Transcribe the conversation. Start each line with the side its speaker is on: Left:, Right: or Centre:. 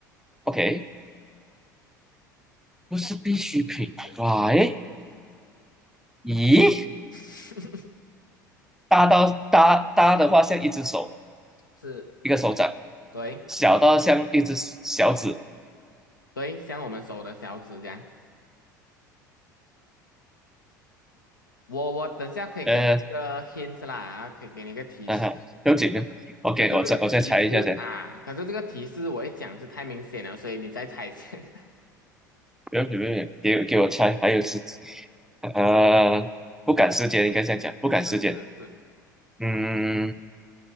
Centre: ？OK，不是必需品。
Left: 对，
Centre: Why？咦，
Left: <laughs>
Centre: 大到大大的话像一只手，
Left: 是，
Centre: 一个手掌，
Left: 对
Centre: 小到像一只小指，
Left: 对，像我们手的小指这样，我我等下可以给你一个
Centre: 呃，
Left: hint 啦，啊可以给你一个提示，
Centre: 嗯、啊，不用紧的。
Left: 可是可是这个提示啊，
Centre: OK，我再我再猜一下先。
Left: 可是这个提示我一讲就太明显了，所以你在猜先，<laughs> 是
Centre: 不要不便给给我猜，还有是，呃，不赶时间，应该这样讲，不赶时间。
Left: 是是。
Centre: 嗯，